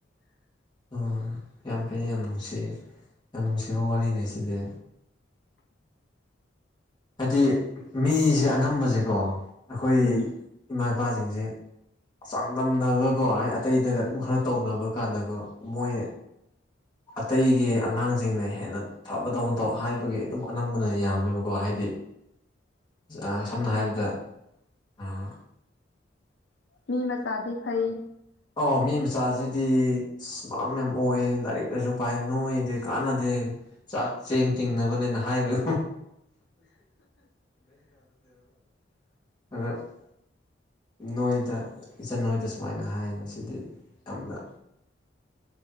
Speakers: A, on the left (about 25°); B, on the left (about 70°).
A: ꯑꯥ ꯌꯥꯝ ꯐꯩ ꯌꯥꯝ ꯅꯨꯡꯁꯤ ꯌꯥꯝ ꯅꯨꯡꯁꯤꯕ ꯋꯥꯔꯤꯅꯦ ꯁꯤꯗꯤ ꯍꯥꯏꯗꯤ ꯃꯤꯁꯦ ꯑꯅꯝꯕꯁꯦꯀꯣ ꯑꯩꯈꯣꯏ
B: ꯎꯝ
A: ꯏꯃꯥ ꯏꯄꯥꯁꯤꯡꯁꯦ ꯆꯥꯡꯗꯝꯅꯕꯀꯣ ꯍꯥꯏ ꯑꯇꯩꯗꯒ ꯑꯗꯨꯝ ꯈꯔ ꯇꯧꯅꯕ ꯀꯥꯟꯗꯀꯣ ꯃꯣꯏ ꯑꯇꯩꯒꯤ ꯑꯉꯥꯡꯁꯤꯡꯅ ꯍꯦꯟꯅ ꯊꯕꯗꯧꯅ ꯇꯧ ꯍꯥꯏꯕꯒꯤ ꯑꯗꯨꯝ ꯑꯅꯝꯕꯅ ꯌꯥꯝꯃꯦꯕꯀꯣ ꯍꯥꯏꯗꯤ ꯍꯥꯏꯗꯤ ꯁꯝꯅ ꯍꯥꯏꯔꯕꯗ ꯑꯥ
B: ꯃꯤ ꯃꯆꯥꯥꯗ ꯐꯥꯏ
A: ꯑꯣ ꯃꯤ ꯃꯆꯥꯁꯤꯗꯤ ꯏꯁ ꯃꯔꯝ ꯌꯥꯝ ꯑꯣꯛꯑꯦ ꯂꯥꯏꯔꯤꯛ ꯂꯥꯏꯁꯨ ꯄꯥꯏ ꯅꯣꯏꯗꯤ ꯀꯥꯟꯅꯗꯦ ꯆꯥꯛ ꯆꯦꯡ ꯇꯤꯡꯅꯕꯅꯦꯅ ꯍꯥꯏꯕꯗꯨ <unintelligible> ꯅꯣꯏꯗ ꯏꯆꯟ ꯅꯣꯏꯗ ꯁꯨꯃꯥꯏꯅ ꯍꯥꯏ ꯃꯁꯤꯗꯤ ꯌꯥꯝꯅ